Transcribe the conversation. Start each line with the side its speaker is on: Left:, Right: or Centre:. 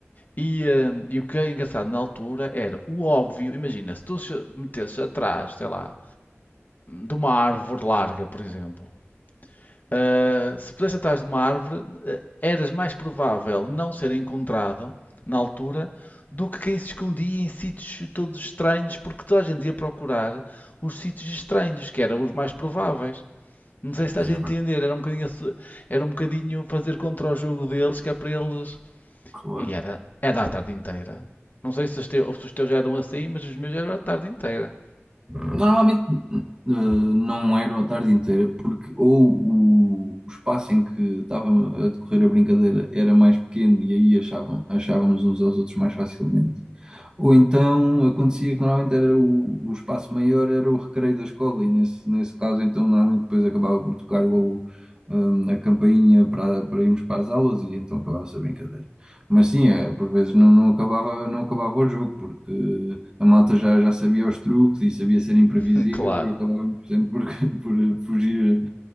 Left: e, eh, e o que é engraçado na altura era o óbvio. Imagina, se tu se metesses atrás, sei lá, de uma árvore larga, por exemplo, Uh, se pudesse atrás de uma árvore, uh, eras mais provável não ser encontrado na altura do que quem se escondia em sítios todos estranhos, porque toda a gente ia procurar os sítios estranhos, que eram os mais prováveis. Não sei se estás
Right: pois é,
Left: a entender,
Right: agora,
Left: era um bocadinho, assu- era um bocadinho fazer contra o jogo deles, que é para eles.
Right: claro.
Left: E era, era a tarde inteira. Não sei se os, teus, se os teus já eram assim, mas os meus já eram a tarde inteira.
Right: Normalmente n- eh, não era a tarde inteira, porque ou o espaço em que estava a decorrer a brincadeira era mais pequeno e aí achavam, achávamos uns aos outros mais facilmente, ou então acontecia que normalmente era o, o espaço maior era o recreio da escola, e nesse, nesse caso, então, normalmente depois acabava por tocar o, hum, a campainha para, para irmos para as aulas e então acabava-se a brincadeira. Mas sim, é, por vezes não, não acabava, não acabava o jogo, porque a malta já, já sabia os truques e sabia ser imprevisível
Left: <laughs> Claro.
Right: e acabávamos sempre por, <laughs> por fugir,